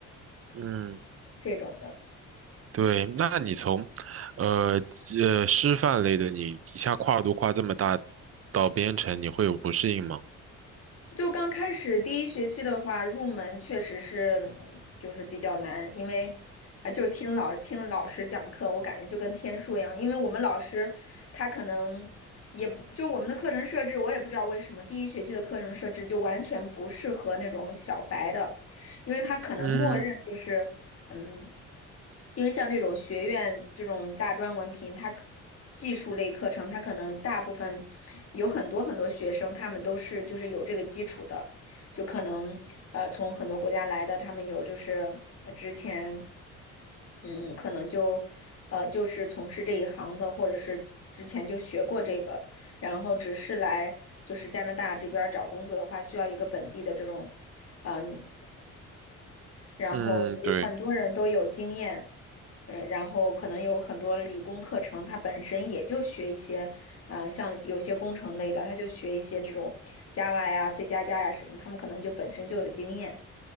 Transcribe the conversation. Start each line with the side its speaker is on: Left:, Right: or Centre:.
Right: 嗯。
Left: 这种的。
Right: 对，那你从，呃呃，师范类的，你一下跨度跨这么大，到编程，你会有不适应吗？
Left: 就刚开始第一学期的话，入门确实是，嗯，就是比较难，因为啊，就听老听老师讲课，我感觉就跟天书一样，因为我们老师他可能也不就我们的课程设置，我也不知道为什么第一学期的课程设置就完全不适合那种小白的，因为他可能默认就是。
Right: 嗯
Left: 嗯，因为像这种学院这种大专文凭，它可技术类课程，它可能大部分有很多很多学生，他们都是就是有这个基础的，就可能呃从很多国家来的，他们有就是呃之前嗯可能就呃就是从事这一行的，或者是之前就学过这个，然后只是来就是加拿大这边儿找工作的话，需要一个本地的这种。嗯。然后所以很多人都有经验，
Right: 嗯，对，
Left: 嗯，然后可能有很多理工课程，它本身也就学一些，呃，像有些工程类的，他就学一些这种 Java 呀、C 加加呀什么，他们可能就本身就有经验，